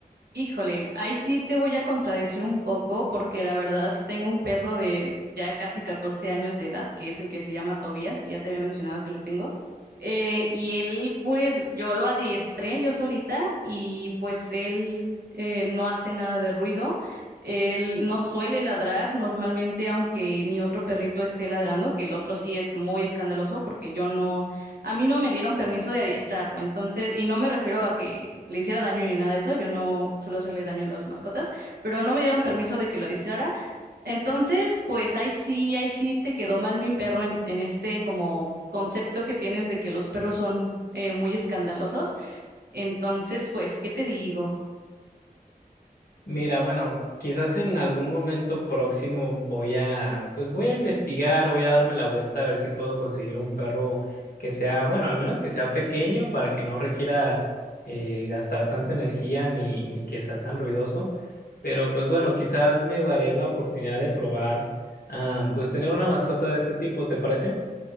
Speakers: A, on the right; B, on the left.
A: Híjole, ahí sí te voy a contradecir un poco porque la verdad tengo un perro de ya casi 14 años de edad, que es el que se llama Tobías, que ya te había mencionado que lo tengo. Eh, y él, pues yo lo adiestré yo solita y pues él eh, no hace nada de ruido. Él no suele ladrar normalmente, aunque mi otro perrito esté ladrando, que el otro sí es muy escandaloso porque yo no... A mí no me dieron permiso de adiestrarlo, entonces, y no me refiero a que le hiciera daño ni nada de eso, yo no suelo hacerle daño a las mascotas, pero no me dieron permiso de que lo adiestrara. Entonces, pues ahí sí, ahí sí te quedó mal mi perro en, en este como concepto que tienes de que los perros son eh, muy escandalosos. Entonces, pues, ¿qué te digo?
B: Mira, bueno, quizás en algún momento próximo voy a, pues voy a investigar, voy a darme la vuelta a ver si puedo conseguir un perro que sea, bueno, al menos que sea pequeño para que no requiera eh, gastar tanta energía ni, ni que sea tan ruidoso. Pero pues bueno, quizás me daré la oportunidad de probar, ah, pues tener una mascota de este tipo, ¿te parece?